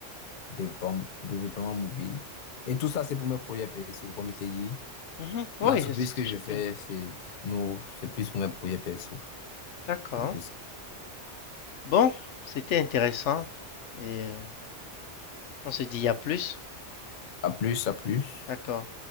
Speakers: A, on the left (about 50°); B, on the left (about 75°).
A: développement, développement mobile. Et tout ça, c'est pour mes projets perso, comme je t'ai dit.
B: Mhm. Oui,
A: L'entreprise
B: ça, c'est toujours
A: que je fais,
B: bien.
A: c'est, nous, c'est plus pour mes projets perso.
B: D'accord.
A: C'est un peu ça.
B: Bon, c'était intéressant. Et on se dit à plus.
A: À plus, à plus.
B: D'accord.